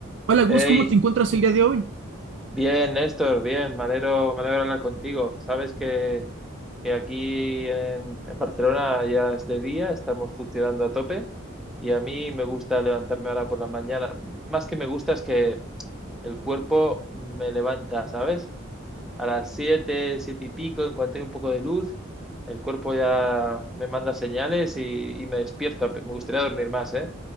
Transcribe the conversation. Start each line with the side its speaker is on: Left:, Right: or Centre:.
Right: Hola Gus,
Centre: Hey,
Right: ¿cómo te encuentras el día de hoy?
Centre: bien, Néstor, bien, me alegro, me alegro hablar contigo. Sabes que, que aquí en, en Barcelona ya es de día, estamos funcionando a tope y a mí me gusta levantarme ahora por la mañana. Más que me gusta es que el cuerpo me levanta, ¿sabes? a las siete siete y pico, en cuanto hay un poco de luz, el cuerpo ya me manda señales y, y me despierto. Me gustaría dormir más, ¿eh?